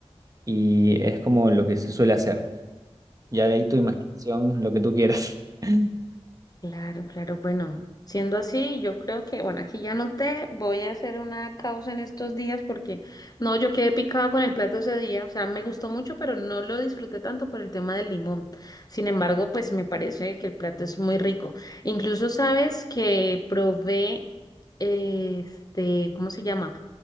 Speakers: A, on the right (about 30°); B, on the left (about 35°).
A: y es como lo que se suele hacer. Ya de ahí tu imaginación, lo que tú quieras. <laughs>
B: Claro, claro. Bueno, siendo así, yo creo que, bueno, aquí ya noté, voy a hacer una causa en estos días porque, no, yo quedé picada con el plato ese día, o sea, me gustó mucho, pero no lo disfruté tanto por el tema del limón. Sin embargo, pues me parece que el plato es muy rico. Incluso sabes que probé, este, ¿cómo se llama?